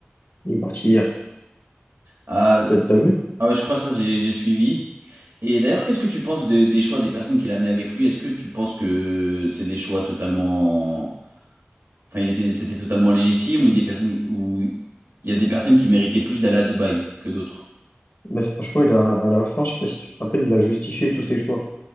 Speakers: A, on the left (about 55°); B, on the right (about 85°).
A: Il est parti hier.
B: Ah,
A: T'as, t'as vu?
B: ah ouais, je crois ça, j'ai j'ai suivi. Et d'ailleurs, qu'est-ce que tu penses de- des choix des personnes qu'il a amenait avec lui? Est-ce que tu penses que c'est des choix totalement... Enfin, il était, c'était totalement légitime ou des personnes ou il y a des personnes qui méritaient plus d'aller à Dubaï que d'autres?
A: Mais franchement, il a, à la fin, je sais pas si tu te rappelles, il a justifié tous ses choix.